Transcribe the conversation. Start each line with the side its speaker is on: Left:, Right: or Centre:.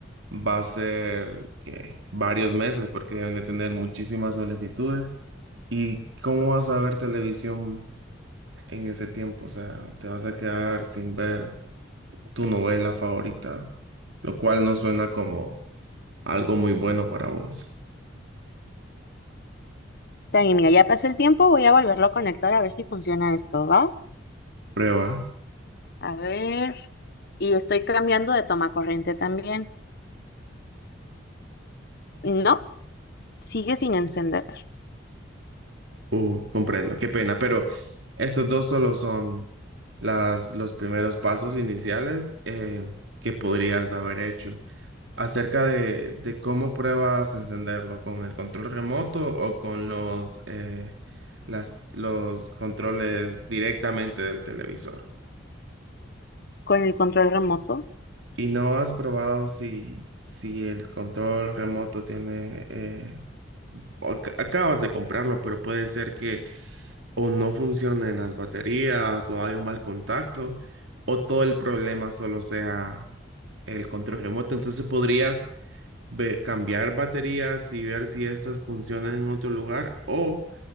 Right: va a ser que varios meses porque deben de tener muchísimas solicitudes. ¿Y cómo vas a ver televisión en ese tiempo? O sea, te vas a quedar sin ver tu novela favorita, lo cual no suena como algo muy bueno para vos.
Left: Está bien, mira, ya pasé el tiempo, voy a volverlo a conectar a ver si funciona esto, ¿va?
Right: Prueba.
Left: A ver. Y estoy cambiando de toma corriente también. No, sigue sin encender.
Right: Uh, comprendo, qué pena, pero estos dos solo son las, los primeros pasos iniciales eh, que podrías haber hecho. acerca de, de cómo pruebas a encenderlo, con el control remoto o con los, eh, las, los controles directamente del televisor.
Left: Con el control remoto.
Right: ¿Y no has probado si, si el control remoto tiene... eh, o ac- acabas de comprarlo, pero puede ser que o no funcionen las baterías o hay un mal contacto o todo el problema solo sea el control remoto. Entonces podrías ver- cambiar baterías y ver si estas funcionan en otro lugar o